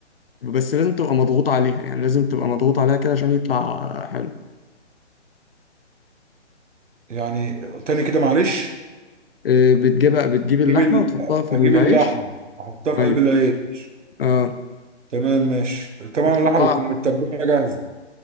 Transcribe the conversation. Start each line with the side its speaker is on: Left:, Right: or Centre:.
Left: بس لازم تبقى مضغوط عليها يعني لازم تبقى مضغوط عليها كده عشان يطلع حلو
Right: يعني تاني كده معلش
Left: آه، بتجيب بتجيب
Right: اجيب
Left: اللحمة
Right: ال...
Left: وتحطها في
Right: اجيب
Left: العيش
Right: اللحمه احطها في
Left: أيوه
Right: قلب العيش
Left: أه
Right: تمام ماشي طبعا
Left: وتحطها
Right: اللحمه بتكون متبله جاهزه